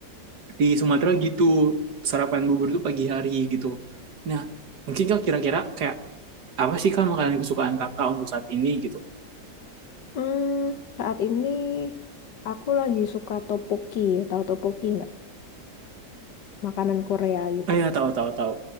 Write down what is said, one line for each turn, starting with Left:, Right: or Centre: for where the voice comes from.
Right: di Sumatera gitu sarapan bubur tuh pagi hari gitu. Nah, mungkin Kak kira-kira kayak apa sih Kak makanan kesukaan Kakak untuk saat ini gitu?
Left: Hmm, saat ini aku lagi suka topoki, tahu topoki nggak? Makanan Korea gitu.
Right: Oh ya, tahu tahu tahu.